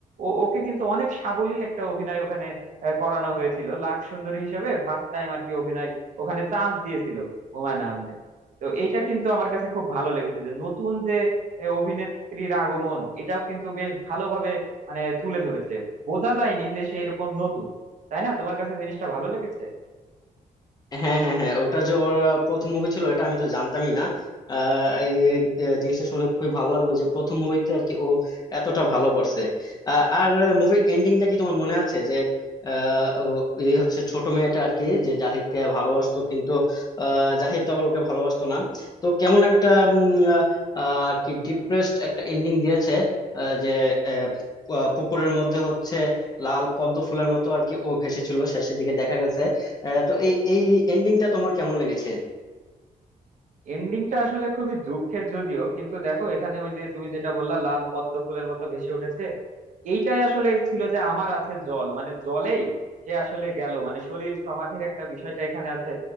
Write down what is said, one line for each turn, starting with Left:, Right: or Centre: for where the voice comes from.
Right: ও ওকে কিন্তু অনেক সাবলীল একটা অভিনয় ওখানে আহ, করানো হয়েছিল লাখ সুন্দরী হিসাবে ফার্স্ট টাইম আর কি অভিনয় ওখানে চান্স দিয়েছিল হুমায়ুন আহমেদ তো এইটা কিন্তু আমার কাছে খুব ভালো লেগেছে যে নতুন যে এ, অভিনেত্রীর আগমন এটাও কিন্তু বেশ ভালোভাবে মানে তুলে ধরেছে বোঝা যায়নি যে সেই রকম নতুন তাই না তোমার কাছে জিনিসটা ভালো লেগেছে
Left: হ্যাঁ হ্যাঁ হ্যাঁ ওটা যে ওরা প্রথম মুভি ছিল এটা আমি তো জানতামই না আহ, এই আহ, জিনিসটা শুনে খুবই ভালো লাগলো যে প্রথম মুভিতে আর কি ও এতটা ভালো করছে আহ, আর মুভির এন্ডিংটা কি তোমার মনে আছে যে আহ, ও- এই হচ্ছে ছোট মেয়েটা আর কি যে জাহিদকে ভালোবাসতো কিন্তু আহ, জাহিদ তো আবার ওকে ভালোবাসতো না তো কেমন একটা উম, আহ, আর কি ডিপ্রেসড একটা এন্ডিং দিয়েছে আহ, যে আহ, পুকুরের মধ্যে হচ্ছে লাল পদ্ম ফুলের মতো আর কি ও ভেসেছিল শেষের দিকে দেখা গেছে হ্যাঁ তো এই এই এন্ডিংটা তোমার কেমন লেগেছে
Right: এন্ডিংটা আসলে খুবই দুঃখের যদিও কিন্তু দেখো এখানে ওই যে তুমি যেটা বললা লাল পদ্ম ফুলের মতো ভেসে উঠেছে এইটাই আসলে ছিল যে আমার আছে জল মানে জলেই সে আসলে গেল মানে সলিল সমাধির একটা বিষয়টা এখানে আছে